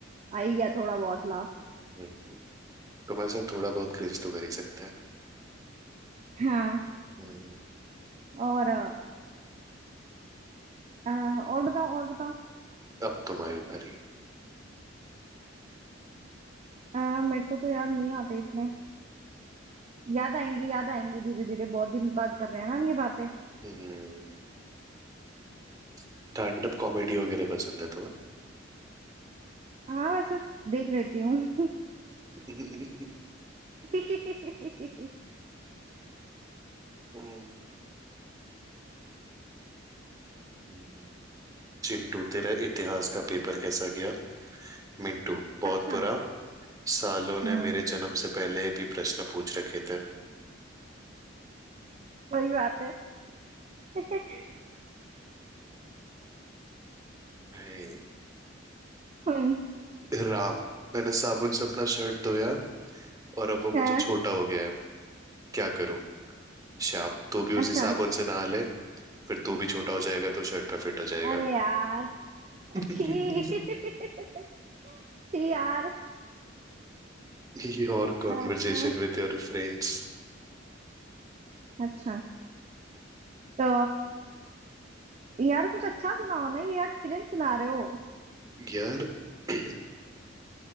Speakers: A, on the right; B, on the right.
A: आई गया थोड़ा बहुत लाभ
B: हम्म। तुम ऐसा थोड़ा बहुत क्रिंज तो कर ही सकते हैं
A: हाँ
B: हम्म,
A: और अ, अ, और बताओ और बताओ
B: अब तुम्हारी बारी
A: अ, मेरे को तो यार नहीं आते इतने याद आएंगी याद आएंगी धीरे धीरे बहुत दिन बाद कर रहे हैं ना हम ये बातें
B: हम्म स्टैंड अप कॉमेडी वगैरह पसंद है
A: हाँ वैसे देख लेती हूँ
B: तुम्हें
A: <laughs>
B: <laughs> हम्म, चिंटू तेरा इतिहास का पेपर कैसा गया मिंटू बहुत
A: अच्छा
B: बुरा सालों ने
A: हम्म
B: मेरे जन्म से पहले भी प्रश्न पूछ रखे थे
A: सही बात है <laughs>
B: हाय।
A: हम्म
B: राम मैंने साबुन से अपना शर्ट धोया और अब वो मुझे
A: है,
B: छोटा हो गया है क्या करूं श्याम तू भी
A: अच्छा
B: उसी साबुन से नहा ले फिर तू भी छोटा हो जाएगा तो शर्ट पे फिट हो जाएगा
A: अरे यार
B: <laughs>
A: अच्छी अच्छी <laughs> यार
B: Your conversation
A: अ, अ,
B: with your friends
A: अच्छा तो यार कुछ अच्छा सुनाओ ना ये यार cringe सुना रहे हो
B: यार <clears throat>